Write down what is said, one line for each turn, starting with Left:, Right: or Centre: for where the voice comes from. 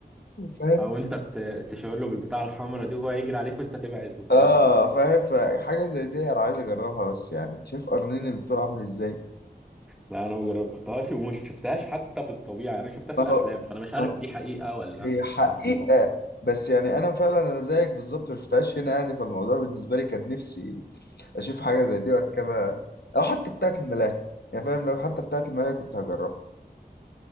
Left: فاهم
Centre: او انت ت- تشاور له بالبتاعة الحمراء دي وهو يجري عليك وانت تبعد وبتاع
Left: اه فاهم فحاجة زي دي أنا عايز أجربها بس يعني شايف قرنين الدور عامل إزاي
Centre: لا انا ما جربتهاش ومش شفتهاش حتى في الطبيعة يعني انا شفتها في
Left: ما
Centre: الافلام
Left: هو
Centre: فانا مش عارف
Left: ما
Centre: دي حقيقة ولا
Left: هي حقيقة
Centre: تمثيل
Left: بس يعني أنا فعلا أنا زيك بالظبط ما شفتهاش هنا يعني فالموضوع بالنسبة لي كان نفسي اشوف حاجه زي دي واركبها او حتى بتاعه الملاهي يعني فاهم لو حتى بتاعه الملاهي كنت هجربها